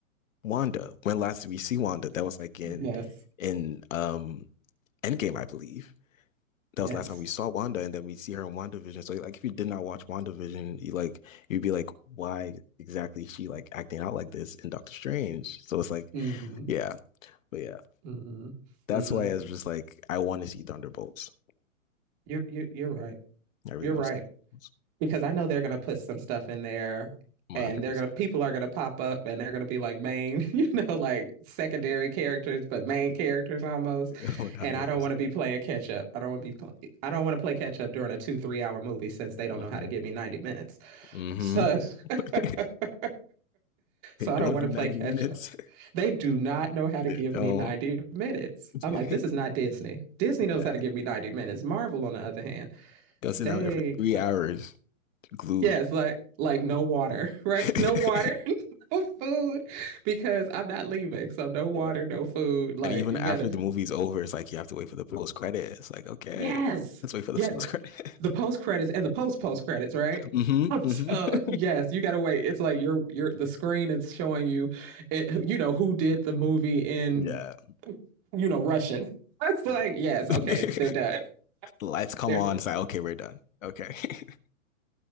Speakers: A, on the left; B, on the right.
A: Wanda. When last did we see Wanda? That was like in
B: Yes.
A: in um Endgame, I believe. That was
B: Yes.
A: the last time we saw Wanda, and then we see her in WandaVision. So like if you did not watch WandaVision, you like you'd be like, why exactly is she like acting out like this in Doctor Strange? So it's like,
B: hmm
A: yeah, but yeah.
B: hmm
A: That's
B: hmm
A: why I was just like, I want to see Thunderbolts.
B: You're, you, you're right.
A: I really
B: You're
A: want
B: right.
A: to see Thunderbolts.
B: because I know they're going to put some stuff in there
A: One
B: and
A: hundred
B: they're
A: percent.
B: going to people are going to pop up and they're going to be like main, <laughs> you know, like secondary characters but main characters almost.
A: <laughs> One hundred
B: And I don't
A: percent.
B: want to be playing catch up. I don't want to be play, I don't want to play catch up during a 2-3 hour movie since they don't
A: Mm-hmm.
B: know how to give me 90 minutes.
A: Mm-hmm.
B: So <laughs> so
A: <laughs>
B: I
A: They
B: don't
A: don't
B: want
A: do
B: to play
A: ninety
B: catch
A: minutes.
B: up.
A: <laughs>
B: They do not know how to
A: They
B: give
A: don't.
B: me 90 minutes.
A: <laughs>
B: I'm like this is not Disney. Disney knows
A: yeah,
B: how to give me 90 minutes. Marvel on the other hand,
A: Go sit
B: they
A: down there for three hours, glued.
B: Yes, like like no water, <laughs> right?
A: <laughs>
B: No water, <laughs> no food, because I'm not leaving. So no water,
A: Yeah.
B: no food. Like
A: And even
B: you
A: after
B: gotta,
A: the movie's over, it's like you have to wait for the post credit. It's like, okay,
B: yes,
A: let's wait for the
B: yeah.
A: post
B: th-
A: credit.
B: The, post credits and the post post credits, right?
A: <laughs> hmm
B: <laughs>
A: hmm
B: So yes, you gotta wait. It's like you're you're the screen is showing you, it, you know, who did the movie in
A: <laughs> yeah.
B: you know Russian. <laughs> It's
A: <laughs>
B: like yes,
A: the
B: okay, they're done.
A: lights
B: <laughs>
A: come
B: They're
A: on.
B: done.
A: It's like, okay, we're done. Okay. <laughs>